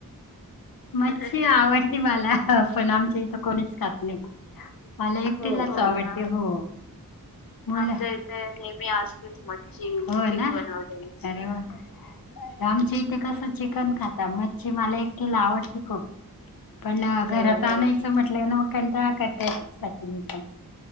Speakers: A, on the left; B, in the centre.
A: मच्छी आवड ती मला पण आमच्या इथं कोणीच खात नाहीत. मला एकटीलाच
B: हो का
A: आवडते हो. म्हणजे इथे नेहमी असतेच मच्छी होय ना बनवलेली. <unintelligible> आमच्या इथं कस चिकन खाता, मच्छी मला एकटीला आवडती खूप. पण
B: हो
A: घरात
B: का?
A: आणायचं म्हटलं ना मग कंटाळा करते साठी मी पण.